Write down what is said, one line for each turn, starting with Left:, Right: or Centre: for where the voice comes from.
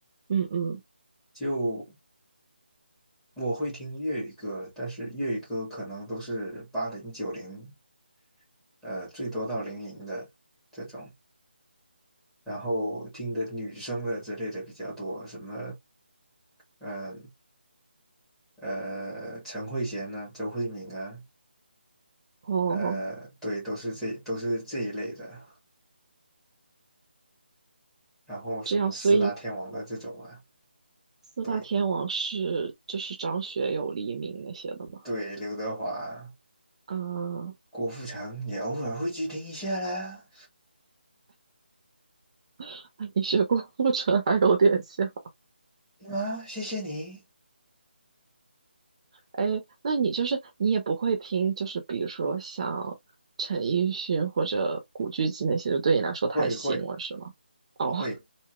Right: 嗯嗯，
Centre: 就我会听粤语歌，但是粤语歌可能都是八零九零，呃，最多到零零的这种，然后听的女生的之类的比较多，什么，嗯呃，呃陈慧娴呐、周慧敏啊，
Right: 哦，
Centre: 呃，对，都是这都是这一类的，然后什么四大天王的这种啊，
Right: 这样，所以四大天王是就是张学友、
Centre: 对。
Right: 黎明那些的吗？
Centre: 对，刘德华、
Right: 嗯，
Centre: 郭富城也偶尔会去听一下啦。
Right: <laughs> 那你学过 <laughs>《复仇还有点像。
Centre: 啊，谢谢你。
Right: 哎，那你就是你也不会听，就是比如说像陈奕迅或者古巨基那些，就对你来说太新了，
Centre: 会会
Right: 是吗？哦，
Centre: 会，